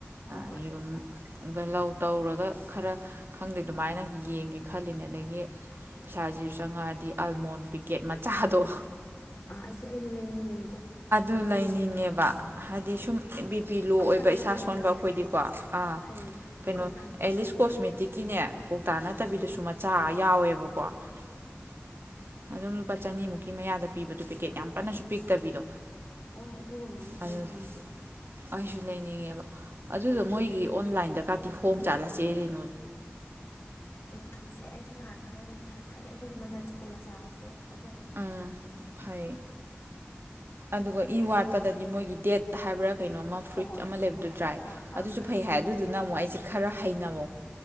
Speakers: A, on the left; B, on the right.
A: ꯍꯣꯏ ꯍꯣꯏ
B: ꯌꯦꯔꯨꯝ ꯂꯧ ꯇꯧꯔꯒ ꯈꯔ ꯈꯪꯗꯦ ꯑꯗꯨꯃꯥꯏꯅ ꯌꯦꯡꯒꯦ ꯈꯜꯂꯤꯅꯦ ꯑꯗꯒꯤ ꯄꯩꯁꯥꯁꯤꯁꯨ ꯆꯪꯉꯛꯑꯗꯤ ꯑꯜꯃꯣꯟ ꯄꯤꯀꯦꯠ ꯃꯆꯥꯗꯣ
A: ꯑꯥ ꯑꯩꯁꯦ ꯑꯩꯁꯨ ꯂꯩꯅꯤꯡꯉꯦꯗꯣ
B: ꯑꯗꯨ ꯂꯩꯅꯤꯡꯉꯦꯕ ꯍꯥꯏꯗꯤ ꯁꯨꯝ ꯕꯤ ꯄꯤ ꯂꯣ
A: ꯀꯧꯇꯥꯅ
B: ꯑꯣꯏꯕ ꯏꯁꯥ
A: ꯐꯩꯌꯦ
B: ꯁꯣꯟꯕ
A: ꯏꯆꯦ
B: ꯑꯈꯣꯏꯗꯤꯀꯣ ꯑꯥ
A: ꯐꯩꯌꯦ
B: ꯀꯩꯅꯣ
A: ꯀꯧꯇꯥꯅ
B: ꯑꯦꯂꯤꯁ
A: ꯐꯩꯌꯦ
B: ꯀꯣꯁꯃꯦꯇꯤꯛꯀꯤꯅꯦ
A: ꯏꯆꯦ
B: ꯀꯧꯇꯥ ꯅꯠꯇꯕꯤꯗꯁꯨ
A: ꯎꯝ
B: ꯃꯆꯥ ꯌꯥꯎꯋꯦꯕ ꯑꯗꯨꯝ ꯂꯨꯄꯥ ꯆꯅꯤꯃꯨꯛꯀꯤ ꯃꯌꯥꯗ ꯄꯤꯕꯗꯣ ꯄꯦꯛꯀꯦꯠ ꯌꯥꯝ ꯀꯟꯅꯁꯨ ꯄꯤꯛꯇꯕꯤꯗꯣ꯫
A: ꯑꯣ ꯑꯗꯨꯒ <unintelligible>
B: ꯑꯗꯨ
A: ꯆꯠꯂꯦ
B: ꯑꯩꯁꯨ ꯂꯩꯅꯤꯡꯉꯦꯕ꯫ ꯑꯗꯨꯗꯣ ꯃꯣꯏꯒꯤ ꯑꯣꯟꯂꯥꯏꯟꯗ ꯀꯥꯇꯤ ꯍꯣꯡ ꯖꯥꯠꯂꯁꯤ <unintelligible>
A: ꯌꯦꯡꯍꯟꯁꯦ ꯑꯩꯁꯨ ꯉꯍꯥꯟ ꯈꯔ ꯍꯥꯏꯗꯤ ꯑꯗꯨꯒꯨꯝꯕ ꯅꯠꯁꯀꯨꯝꯕ ꯆꯥꯕ <unintelligible>
B: ꯎꯝ ꯐꯩ ꯑꯗꯨꯒ ꯏ ꯋꯥꯠꯄꯗꯗꯤ ꯃꯣꯏꯒꯤ ꯗꯦꯠ ꯍꯥꯏꯕ꯭ꯔ ꯀꯩꯅꯣ ꯑꯃ ꯐ꯭ꯔꯨꯏꯠ
A: ꯍꯣꯏ ꯍꯣꯏ
B: ꯑꯃ ꯂꯩꯕꯗꯨ ꯗ꯭ꯔꯥꯏ
A: ꯑꯥ ꯑꯥ
B: ꯑꯗꯨꯁꯨ ꯐꯩ
A: ꯊꯨꯝꯕꯗꯣ
B: ꯍꯥꯏ ꯑꯗꯨꯗꯨꯅ ꯑꯃꯨꯛ ꯑꯩꯁꯦ ꯈꯔ ꯍꯩꯅ <unintelligible>